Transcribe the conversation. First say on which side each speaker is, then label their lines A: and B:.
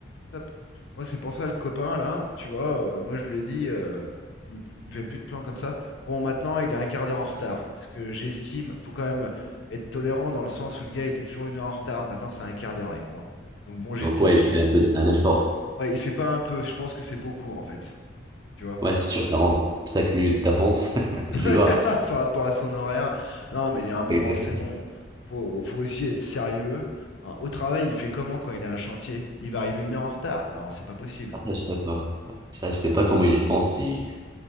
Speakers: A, on the left; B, on the right.
A: stop. Moi, c'est pour ça, le copain, là, tu vois, euh, moi, je lui ai dit, euh, tu, m- tu me fais plus de plans comme ça. Bon, maintenant, il est un quart d'heure en retard. Ce que j'estime, faut quand même être tolérant dans le sens où le gars était toujours une heure en retard. Maintenant, c'est un quart d'heure avec moi. Donc, bon, j'estime
B: donc ouais,
A: qu'il.
B: il fait un peu un effort.
A: Ouais, il fait pas un peu. Je pense que c'est beaucoup, en fait. Tu vois?
B: Ouais, c'est sûr, 45 minutes d'avance, <laughs>
A: <laughs>
B: tu vois.
A: Par rapport à son horaire. Non, mais il y a un moment,
B: Exactement.
A: c'est bon. Faut, faut aussi être sérieux. hein. Au travail, il fait comment quand il a un chantier? Il va arriver une heure en retard? Non, c'est pas possible.
B: Ah, je sais pas. Ça, je sais pas comment ils font si